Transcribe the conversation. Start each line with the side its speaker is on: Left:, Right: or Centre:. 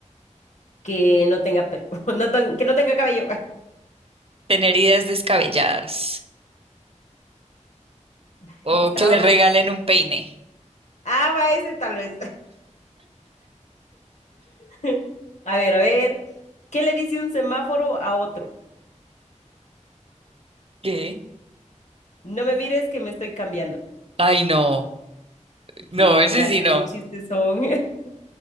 Left: Que no tenga pelo, <laughs> no ten- que no tenga cabello.
Right: Tener ideas descabelladas.
Left: <laughs>
Right: O
Left: Estaba...
Right: que le regalen un peine.
Left: Ah, va ese tal vez. <laughs> A ver, a ver. ¿Qué le dice un semáforo a otro?
Right: ¿Qué?
Left: No me mires que me estoy cambiando.
Right: Ay, no.
Left: ¿Qué
Right: No, ese
Left: clase
Right: sí no.
Left: de chistes son? <laughs>